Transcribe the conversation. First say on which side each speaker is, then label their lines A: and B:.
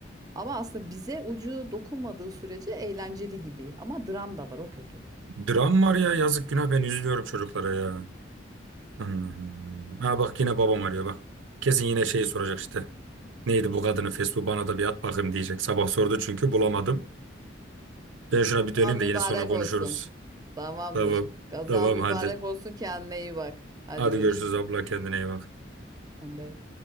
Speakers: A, on the right; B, on the right.
A: Ama aslında bize ucu dokunmadığı sürece eğlenceli gibi. Ama dram da var o kötü.
B: Dram var ya yazık günah ben üzülüyorum çocuklara ya. Hmm. Ha bak yine babam arıyor bak. Kesin yine şeyi soracak işte. Neydi bu kadının Facebook'u bana da bir at bakayım diyecek. Sabah sordu çünkü bulamadım. Ben şuna
A: Gazan
B: bir döneyim
A: mübarek
B: de yine sonra konuşuruz.
A: olsun. Tamamdır.
B: Tamam.
A: Gazan
B: Tamam
A: mübarek
B: hadi.
A: olsun kendine iyi bak. Hadi
B: Hadi
A: görüşürüz.
B: görüşürüz abla kendine iyi bak.
A: Sen de.